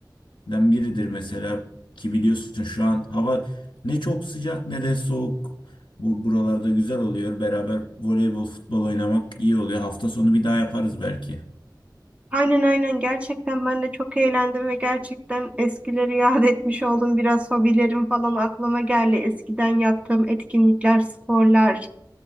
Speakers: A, on the left; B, on the right.
A: biridir mesela. Ki biliyorsun şu an hava ne çok sıcak ne de soğuk. Bu buralarda güzel oluyor. Beraber voleybol, futbol oynamak iyi oluyor. Hafta sonu bir daha yaparız belki.
B: Aynen aynen gerçekten ben de çok eğlendim ve gerçekten eskileri yad etmiş oldum. Biraz hobilerim falan aklıma geldi. Eskiden yaptığım etkinlikler, sporlar.